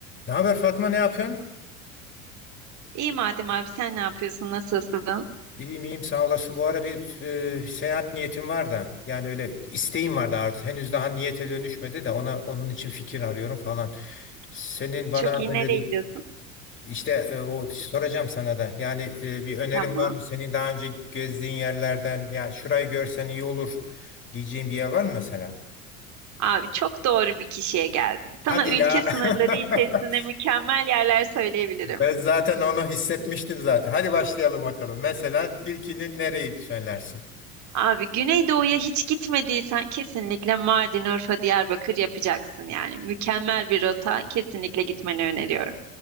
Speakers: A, on the left; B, on the right.
A: Ne haber Fatma ne yapıyorsun?
B: İyi madem abi sen ne yapıyorsun? Nasılsın?
A: İyiyim iyiyim sağ olasın. Bu ara bir e, seyahat niyetim var da yani öyle isteğim vardı arzu. Henüz daha niyete dönüşmedi de ona onun için fikir arıyorum falan. Senin bana
B: Çok iyi.
A: öneri
B: Nereye gidiyorsun?
A: işte e, o soracağım sana da. Yani e, bir önerin
B: Tamam.
A: var mı? Senin daha önce gezdiğin yerlerden yani şurayı görsen iyi olur diyeceğin bir yer var mı mesela?
B: Abi çok doğru bir kişiye geldin. Sana
A: Hadi
B: ülke
A: ya.
B: sınırları içerisinde
A: <laughs>
B: mükemmel yerler söyleyebilirim.
A: Ben zaten onu hissetmiştim zaten. Hadi başlayalım bakalım. Mesela ilkini nereyi söylersin?
B: Abi Güneydoğu'ya hiç gitmediysen kesinlikle Mardin, Urfa, Diyarbakır yapacaksın yani. Mükemmel bir rota. Kesinlikle gitmeni öneriyorum.